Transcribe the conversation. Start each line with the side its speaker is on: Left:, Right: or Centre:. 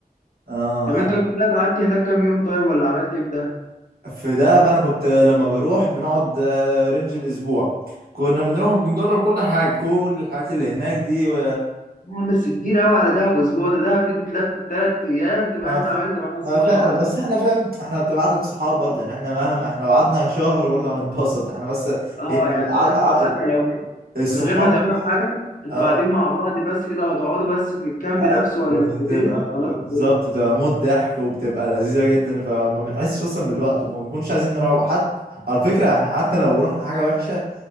Right: اه
Left: طب
Right: حلو
Left: انت رحت دهب قعدت هناك كام يوم طيب ولا عملت ايه في دهب؟
Right: في دهب انا كنت لما بروح بنقعد آه، رينج الاسبوع كنا بنروح وبنجرب كل حاجه كل الحاجات اللي هناك دي و...
Left: آه، بس كتير قوي على دهب اسبوع ده دهب دي تتلف في ثلاث ايام تبقى
Right: ما,
Left: انت
Right: ف...
Left: عملت معاها الصح
Right: ما فعلا بس احنا فاهم احنا بتبقى قعدة صحاب برضه يعني احنا مهما احنا لو قعدنا شهر برضه هنتبسط احنا بس
Left: اه
Right: هي بتبقى
Left: يعني
Right: قع-
Left: فاهم انتوا
Right: قع-
Left: حتى لو ن-
Right: الصحاب
Left: من غير ما تعملوا
Right: دي
Left: حاجه انتوا
Right: اه
Left: قاعدين مع بعض بس كده هتقعدوا بس في الكامب
Right: أي-
Left: نفسه ولا
Right: بتبقى
Left: في الاوتيل خلاص انتوا
Right: بالظبط
Left: ايه
Right: بتبقى موت ضحك وبتبقى لذيذه جدا فما بنحسش اصلا بالوقت وما بنكونش عايزين نروح حتى على فكره احنا حتى لو رحنا حاجه وحشه